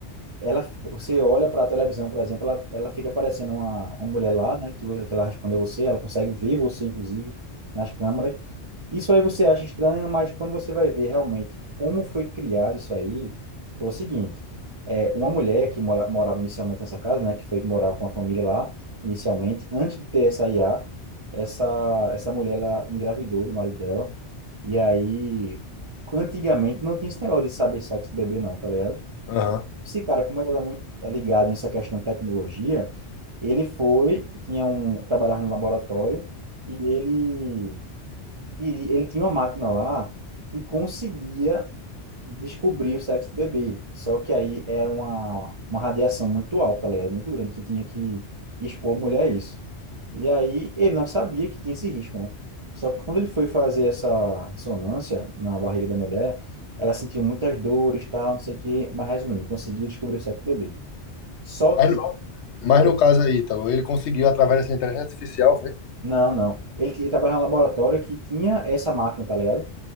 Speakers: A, on the right; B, on the left.
A: ela, você olha para a televisão, por exemplo, ela, ela fica parecendo uma, uma mulher lá, né? Que, você, que ela responde a você, ela consegue ver você, inclusive, nas câmeras. Isso aí você acha estranho, mas quando você vai ver realmente como foi criado isso aí, foi o seguinte: é, uma mulher que mora, morava inicialmente nessa casa, né? Que foi que morava com a família lá, inicialmente, antes de ter essa IA, essa, essa mulher ela engravidou do marido dela, e aí. Antigamente não tinha esse negócio de saber sexo do bebê, não, tá ligado?
B: Aham.
A: Esse cara, como ele era muito é ligado nessa questão de tecnologia, ele foi, tinha um, trabalhava no laboratório e ele, e ele tinha uma máquina lá que conseguia descobrir o sexo do bebê. Só que aí era uma, uma radiação muito alta, tá ligado? Muito grande, que tinha que expor a mulher a isso. E aí ele não sabia que tinha esse risco, né? Só que quando ele foi fazer essa ressonância na barriga da mulher, ela sentiu muitas dores, tal, não sei o quê. Mas resumindo, conseguiu descobrir o sexo do bebê. Só
B: Mas,
A: que.
B: no, mas
A: Oi?
B: no caso aí, Ítalo, ele conseguiu, através dessa inteligência artificial, foi?
A: Não, não. Ele, t- ele trabalhava em um laboratório que tinha essa máquina, tá ligado?